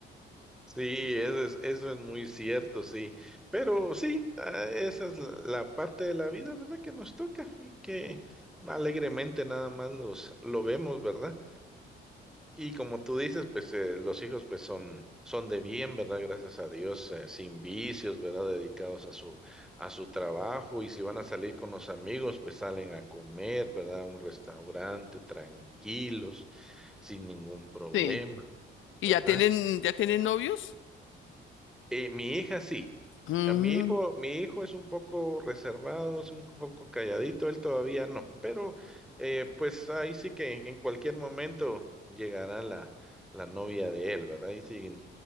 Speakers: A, in the centre; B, on the left.
A: sí, eso es, eso es muy cierto, sí. Pero sí, ah, esa es la, la parte de la vida, ¿verdad? Que nos toca y que alegremente nada más los, lo vemos, ¿verdad? Y como tú dices, pues eh, los hijos pues son, son de bien, ¿verdad? Gracias a Dios, eh, sin vicios, ¿verdad? Dedicados a su, a su trabajo y si van a salir con los amigos, pues salen a comer, ¿verdad? A un restaurante tranquilos, sin ningún problema,
B: Sí. Y
A: ¿verdad?
B: ya tienen, ya tienen novios.
A: Eh, mi hija sí.
B: Mm.
A: A mi hijo, mi hijo es un poco reservado, es un poco calladito, él todavía no, pero eh, pues ahí sí que en cualquier momento llegará la, la novia de él, ¿verdad? Ahí sí